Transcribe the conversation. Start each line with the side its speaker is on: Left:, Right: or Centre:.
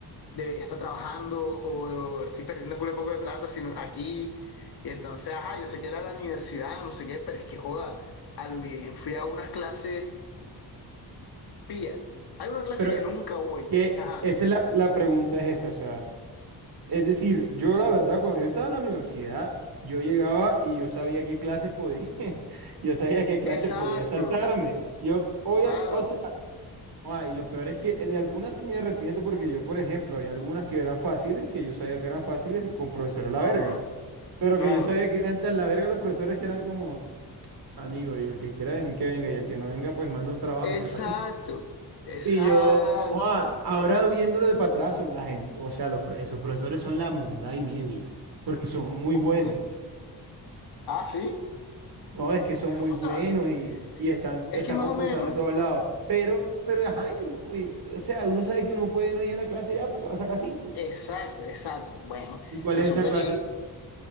Left: debería estar trabajando o estoy perdiendo un culo de poco de plata sino aquí. Y entonces, ajá, yo sé que era la universidad, no sé qué, pero es que joda, a lo bien fui a unas clases pía. Hay una clase
Right: Pero
Left: que
Right: eh,
Left: nunca voy.
Right: que
Left: Ajá.
Right: esa es la, la pregunta es esa, o sea, es decir, yo la verdad, cuando yo estaba en la universidad, yo llegaba y yo sabía qué clases podía, <laughs> yo sabía qué clases
Left: Exacto,
Right: podía saltarme. Yo, obvia-
Left: claro.
Right: o sea, ah, y lo peor es que eh, de algunas sí me arrepiento porque yo, por ejemplo, hay algunas que eran fáciles, que yo sabía que eran fáciles con profesores la
Left: Ajá,
Right: verga, pero
Left: claro.
Right: que yo sabía que eran tan la verga los profesores que eran como, amigo, y el que quiera venir que venga, y el que no venga, pues manda un trabajo
Left: Exacto,
Right: y saca así.
Left: exacto.
Right: Y yo, oh, ahora viéndolo de para atrás, son la gente, o sea, los, pro- esos profesores son la monda y media, porque son muy buenos.
Left: Bien. Ah, sí.
Right: No, es que son muy
Left: O
Right: buenos
Left: sea,
Right: y, y están,
Left: es
Right: están
Left: que más
Right: concursando
Left: o menos.
Right: de todos lados. Pero, pero, ajá, y uno- y- o sea, uno sabe que uno puede no ir a la clase ya porque va a sacar cinco.
Left: Exacto, exacto. Bueno,
Right: ¿Y cuál
Left: resulta
Right: es esa clase?
Left: que